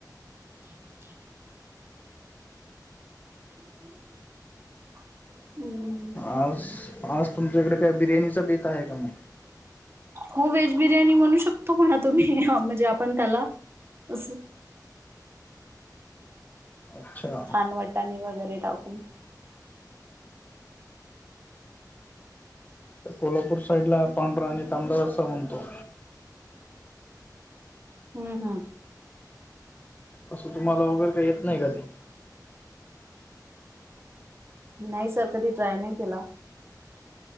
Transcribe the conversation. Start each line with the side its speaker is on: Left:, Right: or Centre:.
Right: <unintelligible> <unintelligible>
Left: आज आज तुमच्या कडे काय बिर्याणीचा बेत आहे का मग
Right: हो व्हेज बिर्याणी म्हणू शकतो म्हणा तुम्ही म्हणजे आपण त्याला अस
Left: अच्छा
Right: छान वटाने वगैरे टाकून
Left: त्या कोल्हापूर साईड ला पांढरा आणि तांबडा रस्सा बणतो
Right: हा हा
Left: तसं तुम्हाला वगैर काय येत नाही का ते
Right: नाही सर कधी ट्राय नाही केला.